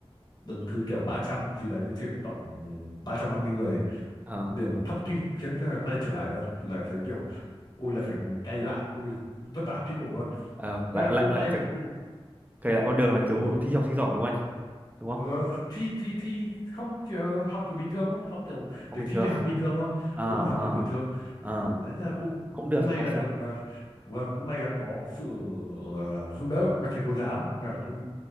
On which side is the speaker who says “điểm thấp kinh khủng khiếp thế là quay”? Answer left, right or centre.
Left